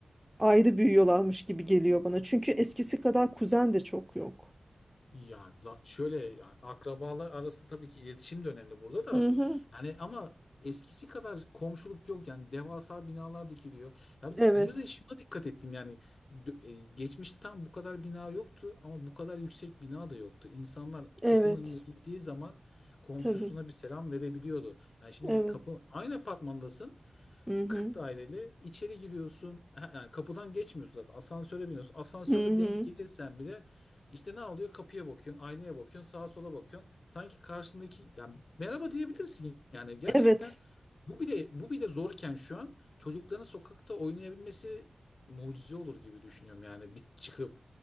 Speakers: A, in the centre; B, on the left.
A: ayrı büyüyorlarmış gibi geliyor bana çünkü eskisi kadar kuzen de çok yok.
B: Ya za- şöyle yani akrabalar arası tabii ki iletişim de önemli burada da.
A: Hı hı,
B: Yani ama eskisi kadar komşuluk yok yani devasa binalar dikiliyor. Ya
A: evet.
B: bir, bir de şuna dikkat ettim yani dö- e, geçmişte tam bu kadar bina yoktu ama bu kadar yüksek bina da yoktu. İnsanlar
A: Evet,
B: kapının önüne indiği zaman komşusuna
A: tabii.
B: bir selam verebiliyordu. Yani şimdi
A: Evet.
B: kapı aynı apartmandasın
A: Hı hı.
B: 40 daireli içeri giriyorsun. Ha, Yani kapıdan geçmiyorsun zaten. Asansöre biniyorsun. Asansöre
A: Hı hı.
B: denk gelirsen bile işte ne oluyor? Kapıya bakıyorsun, aynaya bakıyorsun, sağa sola bakıyorsun. Sanki karşındaki yani merhaba diyebilirsin. Yani gerçekten
A: Evet,
B: bu bile bu bile zorken şu an çocukların sokakta oynayabilmesi mucize olur gibi düşünüyorum yani bir çıkıp